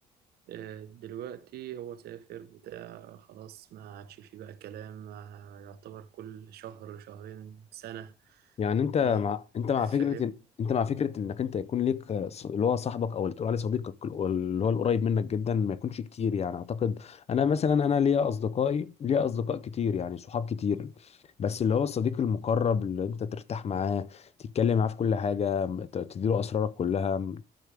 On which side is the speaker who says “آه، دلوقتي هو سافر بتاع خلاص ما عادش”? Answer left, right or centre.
Right